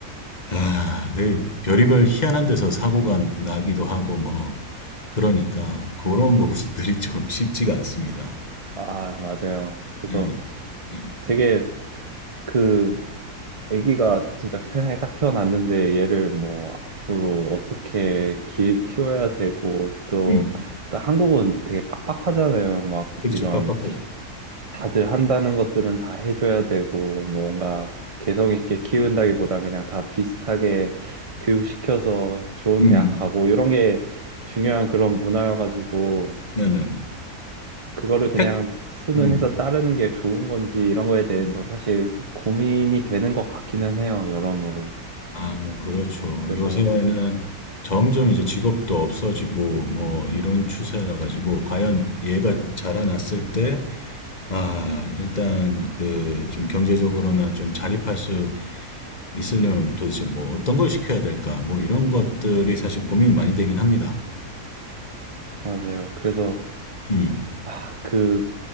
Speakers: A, on the left; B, on the right.
A: 아, 그 별의별 희한한 데서 사고가 나기도 하고, 뭐. 그러니까, 그런 부분들이 <laughs> 좀 쉽지가 않습니다.
B: 아, 맞아요. 그래서
A: 예, 예.
B: 되게 그 애기가 진짜 세상에 딱 태어났는데 얘를 뭐 앞으로 어떻게 키, 키워야 되고, 또,
A: 음,
B: 또 한국은 되게 빡빡하잖아요. 막
A: 그렇죠.
B: 이런.
A: 빡빡하죠.
B: 다들 한다는 것들은 다 해줘야 되고, 뭐 뭔가 개성 있게 키운다기보단 그냥 다 비슷하게 교육시켜서 좋은
A: 음,
B: 대학 가고, 이런 게 중요한 그런 문화여가지고,
A: 네네네.
B: 그거를 그냥
A: 책?
B: 수능해서
A: 음.
B: 따르는 게 좋은 건지 이런 거에 대해서
A: 음.
B: 사실 고민이 되는 것 같기는 해요, 여러모로.
A: 아, 뭐 그렇죠.
B: 그래서,
A: 요새는 점점 이제 직업도 없어지고 뭐 이런 추세라 가지고 과연 얘가 자라났을 때 아, 일단 그 좀 경제적으로나 좀 자립할 수 있으려면 도대체 뭐 어떤 걸 시켜야 될까? 뭐 이런 것들이 사실 고민이 많이 되긴 합니다.
B: 맞아요. 그래서
A: 음.
B: 아, 그,